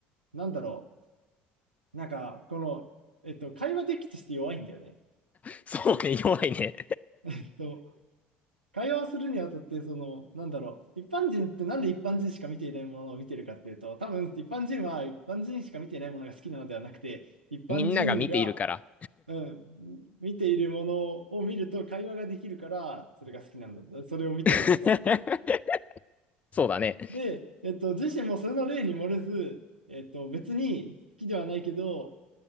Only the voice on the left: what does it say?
そうね、弱いね。
<laughs>
みんなが見ているから。
<laughs> そうだね。